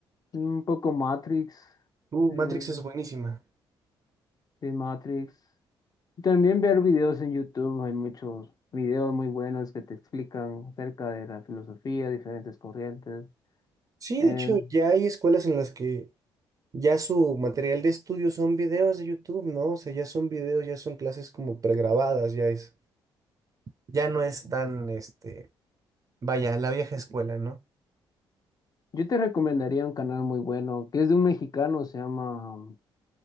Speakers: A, on the left (about 40°); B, on the right (about 35°).
A: Un poco Matrix,
B: Uh,
A: eh,
B: Matrix es buenísima.
A: de Matrix. Y También ver videos en YouTube, hay muchos videos muy buenos que te explican acerca de la filosofía, diferentes corrientes.
B: Sí,
A: Eh,
B: de hecho, ya hay escuelas en las que ya su material de estudio son videos de YouTube, ¿no? O sea, ya son videos, ya son clases como pregrabadas, ya es. ya no es tan, este, vaya, la vieja escuela, ¿no?
A: yo te recomendaría un canal muy bueno, que es de un mexicano, se llama um,